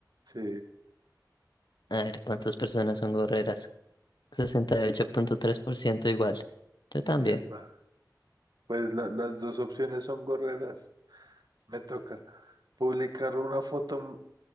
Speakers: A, on the right; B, on the left.
A: Sí,
B: A ver, ¿cuántas personas son gorreras? sesenta y ocho punto tres por ciento igual. Yo también.
A: epa. Pues la- las dos opciones son gorreras. Me toca publicar una foto